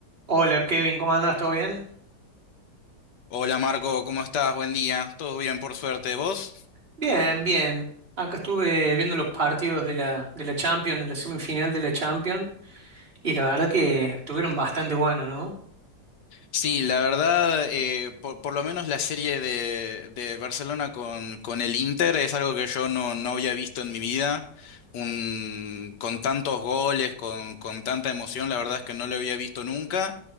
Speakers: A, on the right; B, on the left.
A: Hola Kevin, ¿cómo andás? ¿Todo bien?
B: Hola Marco, ¿cómo estás? Buen día. ¿Todo bien por suerte? ¿Vos?
A: Bien, bien. Acá estuve viendo los partidos de la, de la Champions, de la semifinal de la Champions, y la verdad que estuvieron bastante buenos, ¿no?
B: Sí, la verdad, eh, por, por lo menos la serie de, de Barcelona con, con el Inter es algo que yo no, no había visto en mi vida. Un, con tantos goles, con, con tanta emoción, la verdad es que no lo había visto nunca.